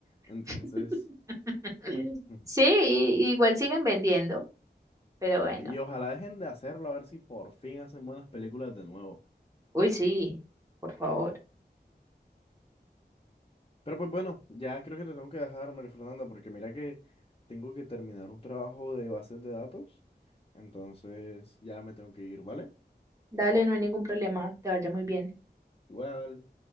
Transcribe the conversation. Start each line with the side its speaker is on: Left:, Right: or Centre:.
Left: Entonces,
Right: <laughs>
Left: <laughs>
Right: Sí, y- igual siguen vendiendo, pero bueno.
Left: y ojalá dejen de hacerlo, a ver si por fin hacen buenas películas de nuevo.
Right: Uy, sí, por favor.
Left: Pero pues bueno, ya creo que te tengo que dejar, María Fernanda, porque mira que tengo que terminar un trabajo de bases de datos. Entonces, ya me tengo que ir, ¿vale?
Right: Dale, no hay ningún problema, que te vaya muy bien.
Left: Igual.